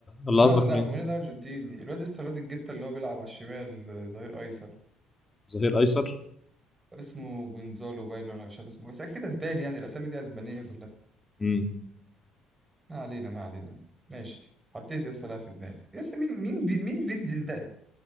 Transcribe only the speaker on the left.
ولا
قصدك
مين
ظهير ايسر
مم.